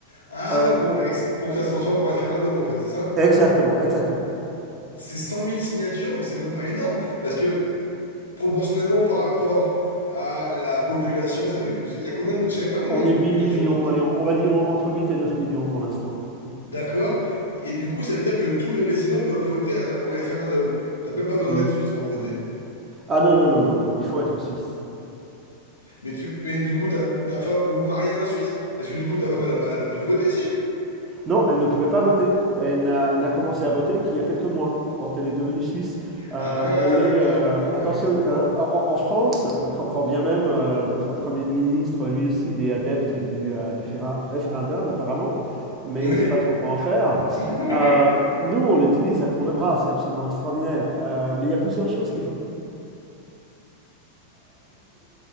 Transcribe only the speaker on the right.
euh,
qu'on
Exactement, exactement.
On
est
huit
millions,
allez, on, on va dire entre 8 et 9 millions pour l'instant.
Oui.
Ah non, non, non, non, il faut être suisse.
Non, elle ne pouvait pas voter. Elle n'a elle n'a commencé à voter qu'il y a quelques mois, quand elle est devenue suisse. Euh,
elle
est, euh,
attention,
euh, en, en France, quand, quand bien même euh, votre Premier ministre, lui aussi, il est adepte du, euh, du féra- référendum, apparemment, mais
il ne sait pas trop comment faire.
Euh, nous, on l'utilise à tour de bras, c'est absolument extraordinaire. Euh, mais il y a plusieurs choses